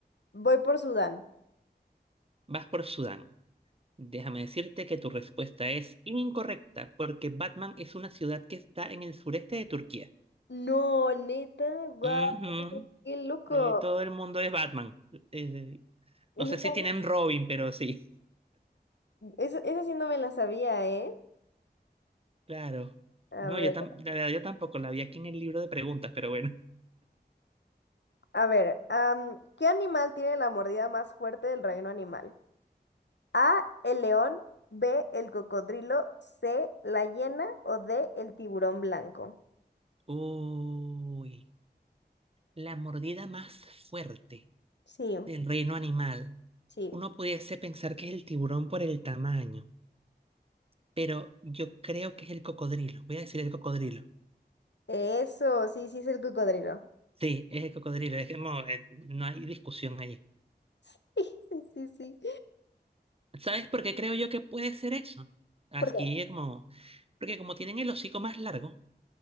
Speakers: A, on the left; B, on the right.
A: Voy por Sudán.
B: Vas por Sudán. Déjame decirte que tu respuesta es incorrecta, porque Batman es una ciudad que está en el sureste de Turquía.
A: No, neta, guau,
B: Ujú.
A: qué loco.
B: Eh, todo el mundo es Batman. Eh,
A: Eso
B: no sé
A: está
B: si tienen Robin, pero sí.
A: bien. Eso, eso sí no me la sabía, ¿eh?
B: Claro.
A: A
B: No,
A: ver,
B: yo tam- la verdad yo tampoco la vi aquí en el libro de preguntas, pero bueno.
A: a ver, am, ¿qué animal tiene la mordida más fuerte del reino animal? A, el león, B, el cocodrilo, C, la hiena o D, el tiburón blanco.
B: Uy, la mordida más fuerte
A: Sí,
B: del reino animal.
A: sí.
B: Uno pudiese pensar que es el tiburón por el tamaño, pero yo creo que es el cocodrilo. Voy a decir el cocodrilo.
A: Eso, sí, sí es el cocodrilo.
B: Sí, es el cocodrilo, es que mo- eh, no hay discusión allí.
A: <laughs> Sí, sí, sí.
B: ¿Sabes por qué creo yo que puede ser eso? Aquí
A: ¿Por qué?
B: es como, porque como tienen el hocico más largo,